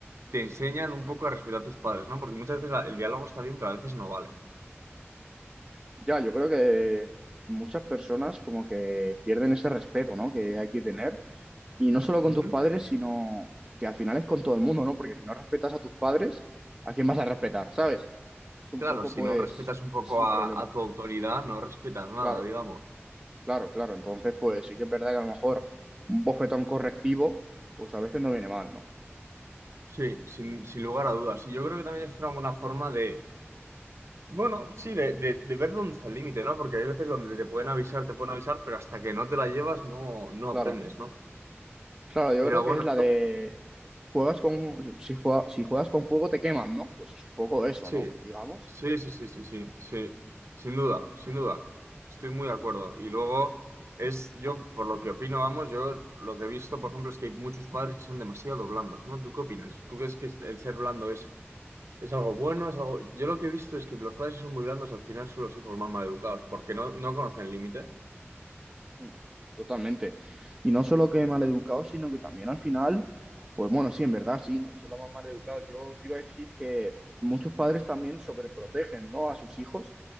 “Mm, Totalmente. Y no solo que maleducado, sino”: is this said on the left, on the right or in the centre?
Right